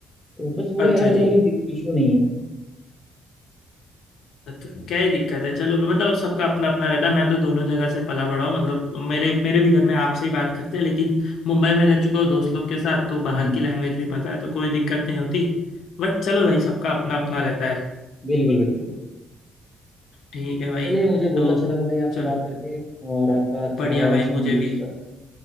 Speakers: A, on the left; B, on the left.
A: तो बस वो
B: अच्छा
A: है और
B: जी
A: कोई इशू नहीं है
B: अच्छा क्या ही दिक्कत है चलो मतलब सबका अपना अपना रहता है मैं तो दोनों जगह से पला बड़ा हूँ मतलब मेरे मेरे भी घर में आपसे ही बात करते हैं लेकिन मुंबई में रह चुका हूँ दोस्त लोग के साथ तो
A: हम्म,
B: बाहर की लैंग्वेज भी पता है तो कोई दिक्कत नहीं होती बट चलो भाई सबका अपना अपना रहता है
A: बिल्कुल बिल्कुल बिल्कुल
B: ठीक है भाई
A: चलिए मुझे बहुत
B: तो
A: अच्छा लगा भाई आपसे
B: चलो
A: बात करके और आपका अच्छा
B: बढ़िया
A: है
B: भाई
A: वैसे
B: मुझे
A: मूवीज
B: भी
A: पर